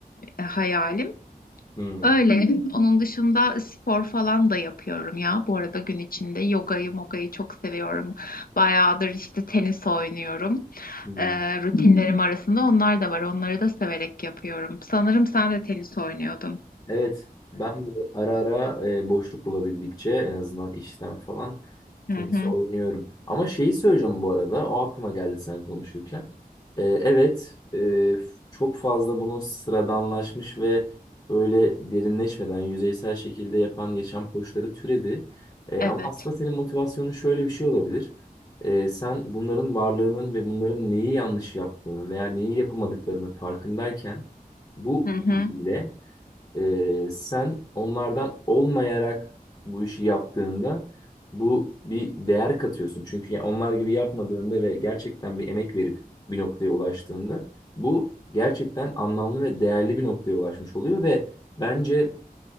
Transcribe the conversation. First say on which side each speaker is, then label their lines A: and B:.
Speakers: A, on the left; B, on the left.
A: e, hayalim.
B: Hmm.
A: Öyle. Onun dışında spor falan da yapıyorum ya. Bu arada gün içinde yogayı, mogayı çok seviyorum. Bayağıdır işte tenis oynuyorum.
B: Hmm.
A: Ee, rutinlerim arasında onlar da var. Onları da severek yapıyorum. Sanırım sen de tenis oynuyordun.
B: Evet, ben bu ara ara e, boşluk bulabildikçe en azından işten falan Tenis
A: Hı hı.
B: oynuyorum. Ama şeyi söyleyeceğim bu arada. O aklıma geldi sen konuşurken. Ee, evet, e, çok fazla bunu sıradanlaşmış ve öyle derinleşmeden yüzeysel şekilde yapan yaşam koçları türedi. Ee,
A: Evet.
B: ama aslında senin motivasyonun şöyle bir şey olabilir. Ee, sen bunların varlığının ve bunların neyi yanlış yaptığını veya neyi yapamadıklarının farkındayken bu
A: Hı hı.
B: bilgiyle ee, sen onlardan olmayarak bu işi yaptığında bu bir değer katıyorsun. Çünkü ya onlar gibi yapmadığında ve gerçekten bir emek verip bir noktaya ulaştığında bu gerçekten anlamlı ve değerli bir noktaya ulaşmış oluyor ve bence